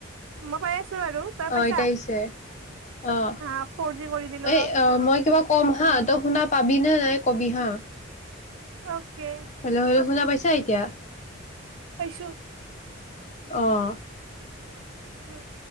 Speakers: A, on the right; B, on the left.
A: মই পাই আছো আৰু। তই
B: অ',
A: পাইছা
B: এতিয়া আহিছে অহ
A: হা ফৰ জি কৰি দিলো
B: এই
A: ৰ
B: মই কিবা ক'ম হা তই শুনা পাবিনে নাই কবি হা?
A: অকে।
B: হেল্ল' হেল্ল' শুনা পাইছা এতিয়া?
A: পাইছো।
B: অ'।
A: উম।